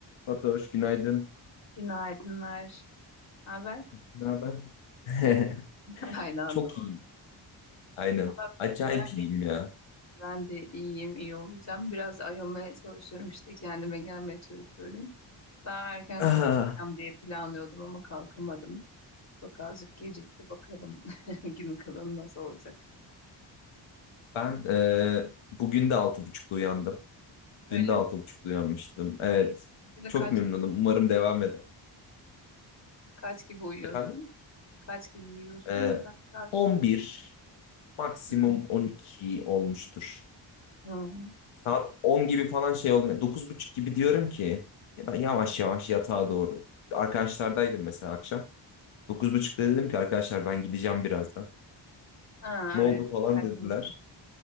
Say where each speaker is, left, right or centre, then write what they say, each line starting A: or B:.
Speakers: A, on the left; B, on the left.
A: Fatoş, günaydın.
B: Günaydınlar. Ne haber?
A: Ne haber? <laughs>
B: <laughs> Aynı anda
A: Çok
B: oldu.
A: iyiyim. Aynen.
B: Ama
A: Acayip
B: Ben
A: iyiyim
B: de
A: ya.
B: ben de iyiyim, iyi olacağım. Biraz ayılmaya çalışıyorum işte kendime gelmeye çalışıyorum. Daha erken
A: Ah.
B: kalkacağım diye planlıyordum ama kalkamadım. Çok azıcık gecikti bakalım <laughs> gün kalanı nasıl olacak.
A: Ben e, bugün de altı buçukta uyandım.
B: Öyle
A: Dün de altı
B: mi?
A: buçukta uyanmıştım. Evet.
B: Peki, Mesela
A: Çok
B: kaç
A: memnunum. Umarım devam eder.
B: kaç gibi uyuyorsun?
A: Efendim?
B: Kaç gibi uyuyorsun?
A: E,
B: Kaç saat
A: 11,
B: uyuyorsun?
A: maksimum
B: Hmm.
A: 12 olmuştur.
B: Hmm.
A: Saat 10 gibi falan şey olmuyor. dokuz buçuk gibi diyorum ki ya ben yavaş yavaş yatağa doğru. Arkadaşlardaydım mesela akşam. dokuz buçukta
B: Evet.
A: dedim ki arkadaşlar ben gideceğim birazdan.
B: Ha,
A: Ne
B: evet.
A: oldu falan
B: Erken
A: dediler.